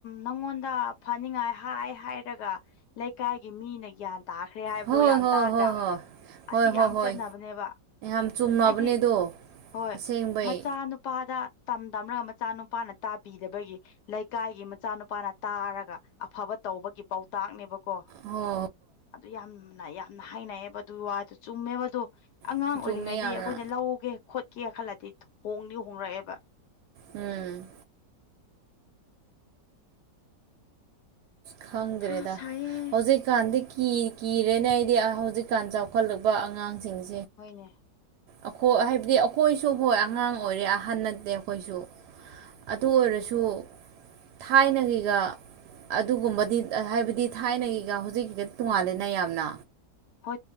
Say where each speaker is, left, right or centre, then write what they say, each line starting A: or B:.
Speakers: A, on the left; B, on the right.
A: ꯅꯪꯉꯣꯟꯗ ꯐꯅꯤꯡꯉꯥꯏ ꯍꯥꯏ ꯍꯥꯏꯔꯒ ꯂꯩꯀꯥꯏꯒꯤ ꯃꯤꯅ ꯒ꯭ꯌꯥꯟ ꯇꯥꯈ꯭ꯔꯦ ꯍꯥꯏꯕꯗꯣ
B: ꯍꯣꯏ
A: ꯌꯥꯝ
B: ꯍꯣꯏ
A: ꯇꯥꯗ꯭ꯔꯥ
B: ꯍꯣꯏ ꯍꯣꯏ ꯍꯣꯏ
A: ꯑꯁꯤ
B: ꯍꯣꯏ
A: ꯌꯥꯝ
B: ꯍꯣꯏ
A: ꯆꯠꯅꯕꯅꯦꯕ
B: ꯌꯥꯝ ꯆꯨꯝꯅꯕꯅꯦ
A: ꯍꯥꯏꯗꯤ
B: ꯑꯗꯣ
A: ꯍꯣꯏ
B: ꯑꯁꯦꯡꯕꯩ
A: ꯃꯆꯥ ꯅꯨꯄꯥ ꯅꯨꯄꯥꯗ ꯇꯝ ꯇꯝꯔꯒ ꯃꯆꯥ ꯅꯨꯨꯄꯥꯅ ꯇꯥꯕꯤꯗꯕꯒꯤ ꯂꯩꯀꯥꯏꯒꯤ ꯃꯆꯥꯅꯨꯄꯥꯅ ꯇꯥꯔꯒ ꯑꯐꯕ ꯇꯧꯕꯒꯤ ꯄꯥꯎꯇꯥꯛꯅꯦꯕꯀꯣ
B: ꯍꯣꯏ
A: ꯑꯗꯨ ꯌꯥꯝꯅ ꯌꯥꯝꯅ ꯍꯥꯏꯅꯩꯑꯕ ꯑꯗꯨꯒꯤ ꯋꯥꯗꯨ ꯆꯨꯝꯃꯦꯕꯗꯣ ꯑꯉꯥꯡ
B: ꯍꯣꯏ
A: ꯑꯣꯏꯔꯤꯉꯩꯗ
B: ꯆꯨꯝꯃꯤ ꯌꯥꯝꯅ
A: ꯑꯩꯈꯣꯏꯅ ꯂꯧꯒꯦ ꯈꯣꯠꯀꯦ ꯈꯜꯂꯗꯤ ꯍꯣꯡꯗꯤ ꯍꯣꯡꯡꯂꯛꯑꯦꯕ
B: ꯎꯝ ꯈꯪꯗ꯭ꯔꯦꯗ
A: ꯍꯥ ꯁꯥꯏꯌꯦ
B: ꯍꯧꯖꯤꯛꯀꯥꯟꯗꯤ ꯤ ꯀꯤꯔꯦꯅ ꯑꯩꯗꯤ ꯍꯧꯖꯤꯛꯀꯥꯟ ꯆꯥꯎꯈꯠꯂꯛꯄ ꯑꯉꯥꯡꯁꯤꯡꯁꯦ
A: ꯍꯣꯏꯅꯦ
B: ꯑꯩꯈꯣꯏ ꯍꯥꯏꯕꯗꯤ ꯑꯩꯈꯣꯏꯁꯨ ꯍꯣꯏ ꯑꯉꯥꯡ ꯑꯣꯏꯔꯦ ꯑꯍꯟ ꯅꯠꯇꯦ ꯑꯩꯈꯣꯏꯁꯨ ꯑꯗꯨ ꯑꯣꯏꯔꯁꯨ ꯊꯥꯏꯅꯒꯤꯒ ꯑꯗꯨꯒꯨꯝꯕꯗꯤ ꯍꯥꯏꯕꯗꯤ ꯊꯥꯏꯅꯒꯤꯒ ꯍꯧꯖꯤꯛꯀꯤꯒ ꯇꯣꯡꯉꯥꯂꯦꯅ ꯌꯥꯝꯅ
A: ꯍꯣꯏ